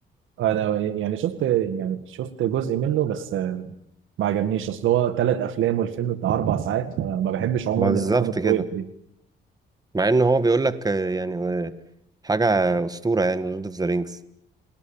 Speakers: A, on the right; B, on the right.
A: انا يعني شفت يعني شفت جزء منه بس ما عجبنيش اصل هو ثلاث افلام والفيلم بتاع اربع ساعات فانا ما بحبش عموما
B: ما بالظبط
A: الافلام الطويله
B: كده
A: دي
B: مع ان هو بيقول لك آه، يعني آه، حاجه اسطوره يعني لورد اوف ذا رينجز